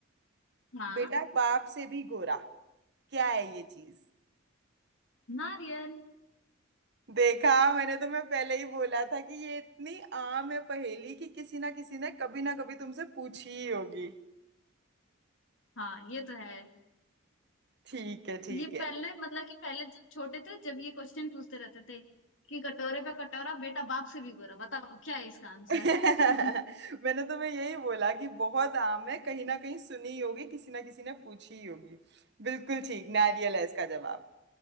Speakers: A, on the left (about 65°); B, on the right (about 55°).
A: हाँ
B: बेटा बाप से भी गोरा क्या है ये चीज
A: नारियल
B: देखा मैंने तुम्हें पहले ही बोला था कि ये इतनी आम है पहेली कि किसी ना किसी ने कभी ना कभी तुमसे पूछी ही होगी
A: हाँ ये तो है
B: ठीक है ठीक
A: ये
B: है
A: पहले मतलब कि पहले जब छोटे थे जब ये क्वेश्चन पूछते रहते थे कि कटोरे पे कटोरा बेटा बाप से भी गोरा बताओ क्या है इसका आंसर
B: <laughs>
A: <laughs>
B: मैंने तुम्हें यही बोला कि बहुत आम है कहीं ना कहीं सुनी ही होगी किसी ना किसी ने पूछी ही होगी बिल्कुल ठीक नारियल है इसका जवाब